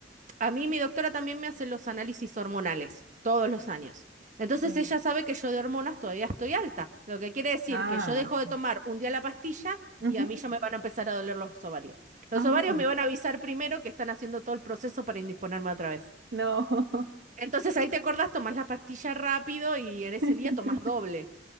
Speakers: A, on the right; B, on the right.
A: a mí mi doctora también me hace los análisis hormonales todos los años. Entonces,
B: sí.
A: ella sabe que yo de hormonas todavía estoy alta. Lo que quiere decir
B: Ah,
A: que yo dejo de
B: ya.
A: tomar un día la pastilla
B: Ujú.
A: y a mí ya me van a empezar a doler los ovarios. Los
B: Ay,
A: ovarios me van a avisar primero que están haciendo todo el proceso para indisponerme otra vez.
B: no,
A: Entonces, ahí te acordás, tomás la pastilla rápido y en ese
B: <laughs>
A: día tomás doble.